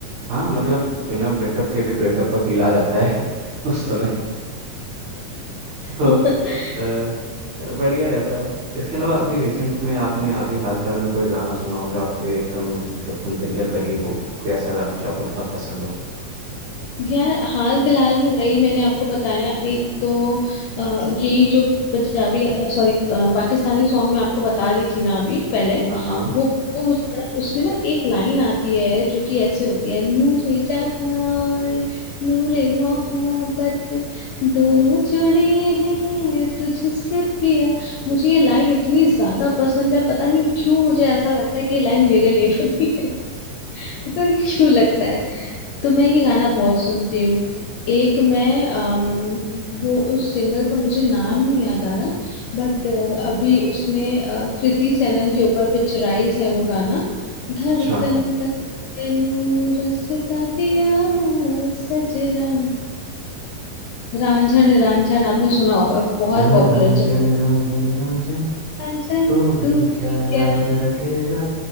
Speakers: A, on the right; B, on the left.
A: हाँ मतलब बिना ब्रेकअप के भी ब्रेकअप का फील आ जाता है <laughs> उस समय तो
B: <laughs>
A: अ, बढ़िया रहता है इसके अलावा अभी रिसेंट में आपने अभी हाल फिलहाल में कोई गाना सुना हो जो आपके एकदम मतलब एकदम दिल के करीब हो कोई ऐसा गाना जो आपको बहुत पसंद हो
B: यार हाल फिलहाल में वही मैंने आपको बताया एक तो अ, यही जो पंजाबी सॉरी पाकिस्तानी सॉन्ग मैं आपको बता रही थी ना अभी पहले
A: हाँ हाँ
B: वो, वो मुझे बड़ा उसमें ना एक लाइन आती है जो कि ऐसे होती है नूरे जहां और नूरे मोहब्बत दोनों जुड़े हैं तुझसे पिया मुझे ये लाइन इतनी ज्यादा पसंद है पता नहीं क्यों मुझे ऐसा लगता है कि ये लाइन मेरे लिए बनी पता नहीं <laughs> क्यों लगता है तो मैं ये गाना बहुत सुनती हूँ एक मैं अम, वो उस सिंगर का मुझे नाम नहीं याद आ रहा बट अभी उसने अ, कृति सेनन के ऊपर पिक्चराइज है वो गाना धड़कन
A: अच्छा
B: तक तेनू रसता दिया सजना रांझन रांझन आपने सुना होगा बहुत
A: जा
B: पॉपुलर
A: रांझन
B: चल
A: रांझन रांझन
B: रांझन
A: तू भी
B: तू भी
A: क्या याद
B: क्या है?
A: रखेगा